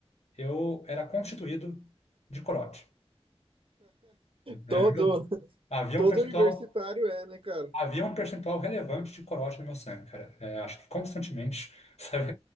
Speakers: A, on the left; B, on the right.
A: eu era constituído de corote. É,
B: Todo
A: meu, Havia
B: Todo
A: um percentual.
B: universitário é, né, cara?
A: Havia um percentual relevante de corote no meu sangue, cara. É, acho que constantemente, <laughs> sabe?